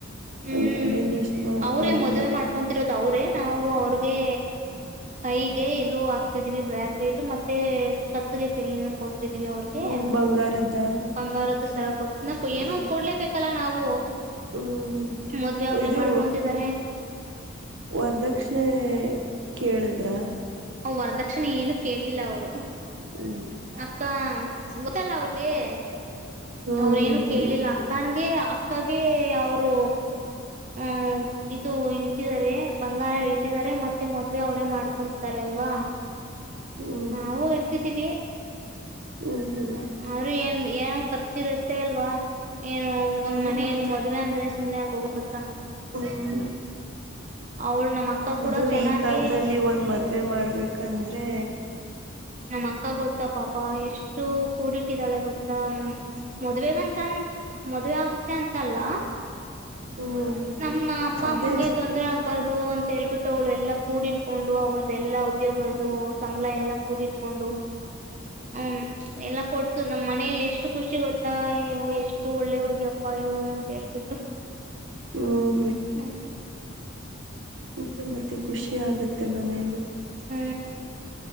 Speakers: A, on the right; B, on the right.
A: ಹ್ಮ್
B: ಒಂದ್ ಕಡೆ ಲಿಸ್ಟ್ ಮಾಡ್ಕೊಂಡು
A: ಅವ್ರೇ ಮದ್ವೆ ಮಾಡ್ಕೊಂತರೋ ಅವ್ರೆ ನಾವು ಅವ್ರಿಗೆ ಕೈಗೆ ಇದು ಹಾಕ್ತಿದೀವಿ ಬ್ರಾಸ್ಲೆಟ್ ಮತ್ತೆ ಕತ್ಗೆ ಚೈನ್ ವಿ ಅವ್ರಿಗೆ
B: ಹ್ಮ್ ಬಂಗಾರದ್ದ
A: ಬಂಗಾರದ್ದು ಸರ ಕೊಡ್ತ ನ
B: ಹ್ಮ್
A: ಏನೋ ಒಂದ ಕೊಡ್ಲೇಬೇಕಲ್ಲ ನಾವು
B: ಹ್ಮ್
A: ಮದ್ವೆ ಅವ್ರೇ
B: ಇದು
A: ಮಾಡ್ಕೊಂತಿದ್ದಾರೆ
B: ವರದಕ್ಷಿಣೆ ಕೇಳದು <unintelligible>
A: ಹಾ ವರದಕ್ಷಿಣ ಏನು ಕೇಳಿಲ್ಲ ಅವ್ರು
B: ಹಾ
A: ಅಕ್ಕ ಗೊತ್ತಲ್ಲ <unintelligible> ಅವ್ರೇನು
B: ಹ್ಮ್ ಹ್ಮ್
A: ಕೇಳಿಲ್ಲ
B: ಹ್ಮ್
A: ಅಕ್ಕನಗೆ ಅಕ್ ಅಕ್ಕಗೆ ಅವರು ಹಾ ಇದು ಇಳ್ತಿದ್ದಾರೆ ಬಂಗಾರ ಇಳ್ತಿದ್ದಾರೆ ಮತ್ತೆ ಮದ್ವೆ ಅವರೇ ಮಾಡ್ಕೊಂತ ಅಲ್ವಾ <inaudible>
B: ಹ್ಮ್
A: ನಾವು ಇಡ್ತಿದ್ದೀವಿ
B: ಹ್ಮ್ ಹ್ಮ್
A: ಅವ್ರು ಏನ್ <unintelligible> ಇರುತ್ತೇ ಅಲ್ವಾ ಏನು ಒಂದ್
B: ಹ್ಮ್
A: ಮನೆಯಲ್ಲಿ
B: ಮತ್ತೆ
A: ಮದ್ವೆ ಅಂದ್ರೆ ಸುಮ್ಮನೆ ಆಗೋಗು <unintelligible>
B: ಹ್ಮ್
A: ಅವಳು ನಮ್ಮ ಅಕ್ಕ ಕೂಡ
B: ಅದು
A: ಚೆನ್ನಾಗಿ
B: ಈ ಕಾಲದಲ್ಲಿ ಒಂದ್ ಮದ್ವೆ ಮಾಡ್ಬೇಕಂದ್ರೆ
A: ನಮ್ಮ್ ಅಕ್ಕ ಗೊತ್ತಾ ಪಾಪ ಎಷ್ಟು ಕೂಡಿಟ್ಟಿದಾಳೆ ಗೊತ್ತಾ ಮದ್ವೆಗಂತ ಮದ್ವೆ <unintelligible> ಅಂತಲ್ಲ
B: ಹ್ಮ್
A: ನಮ್ಮ ಅಪ್ಪ
B: ಅದೇ
A: ಅಮ್ಮಗೆ ತೊಂದರೆ ಆಗ್ಬಾರ್ದು ಅಂತ ಹೇಳ್ಬಿಟ್ಟು ಅವಳೆಲ್ಲ ಕೂಡಿ ಇಟ್ಕೊಂಡು ಅವಳ್ದೆಲ್ಲ ಉದ್ಯೋಗದು ಸಂಬಳ ಎಲ್ಲ ಕೂಡಿಟ್ಕೊಂಡು ಹ್ಮ್ ಎಲ್ಲ ಕೊಟ್ಟ ನಮ್ಮ್ ಮನೇಲಿ ಎಷ್ಟು ಖುಷಿ ಗೊತ್ತಾ ಎಷ್ಟು ಒಳ್ಳೆ ಹುಡ್ಗಿಪ್ಪ ಇವ್ಳು ಅಂತ ಹೇಳ್ಬಿಟ್ಟು
B: ಹ್ಮ್
A: ಹ್ಮ್
B: ಅದೇ ಮತ್ತೆ ಖುಷಿ ಆಗುತ್ತೆ ಮನೆಲ್ಲಿ
A: ಹ್ಮ್